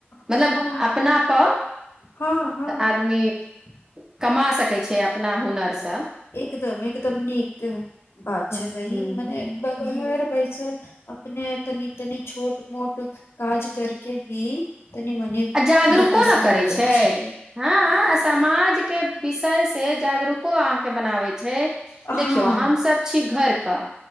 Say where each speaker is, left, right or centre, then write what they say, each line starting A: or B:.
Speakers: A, on the right; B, on the left.
A: मतलब
B: हँ
A: अपना पर
B: हँ हँ
A: आदमी कमा सकैत छै अपना हुनर से
B: एकदम एकदम नीक बात
A: हूँ
B: छै बहिन
A: हूँ
B: मने घर बैसल अपने तनी तनी छोट मोट काज करके भी तनी मनी
A: आ जागरूको
B: दू पैसा
A: ने करैत
B: हो
A: छै
B: जाइ
A: हँ आ समाज के विषय से जागरूको अहाँके बनाबैत छै छै देखियौ
B: हँ
A: हमसभ छी घर कऽ